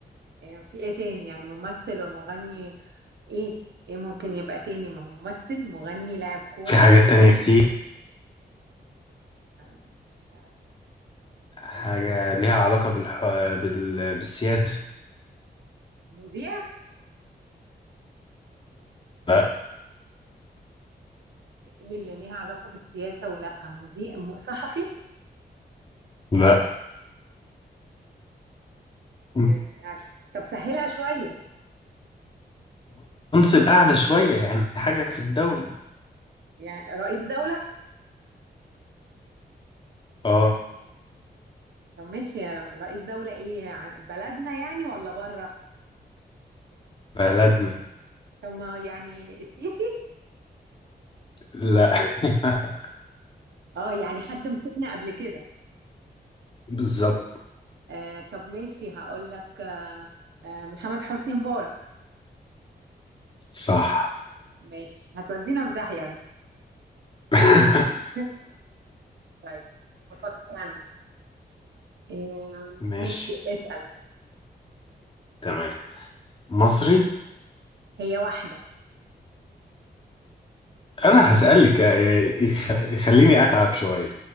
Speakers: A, on the right; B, on the left.
A: آه، في ايه تاني يعني ممثل ومغني ايه ايه ممكن يبقى تاني ما هو ممثل مغني لاعب كورة
B: في حاجات تانية كتير
A: آه، مش عارف
B: حاجة ليها علاقة بالح... بال... بالسياسة
A: مذيع
B: لا
A: ايه اللي ليها علاقة بالسياسة ولا مذيع م- صحفي
B: لا م-
A: آه، مش عارف طب سهلها شوية
B: منصب أعلى شوية يعني حاجة في الدولة
A: يعني رئيس دولة
B: اه
A: طب ماشي يا رئيس دولة ايه عن- بلدنا يعني ولا بره
B: بلدنا
A: طب ما يعني السيسي
B: لا <laughs>
A: اه يعني حد مسكنا قبل كده
B: بالظبط
A: آه طب ماشي هقول لك آه محمد حسني مبارك
B: صح
A: ماشي هتودينا في داهية انت
B: <laughs>
A: <laughs> طيب هفكر انا آه
B: ماشي
A: ماشي اسأل
B: تمام مصري
A: هي واحدة
B: انا
A: مص-
B: هسألك آه، يخ- خليني اتعب شوية